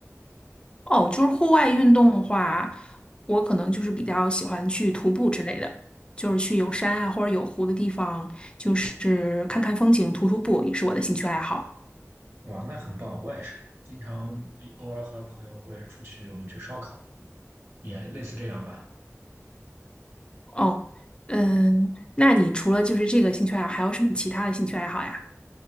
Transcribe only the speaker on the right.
哇，那很棒。我也是，我经常偶尔和朋友会出去，我们去烧烤，也类似这样吧。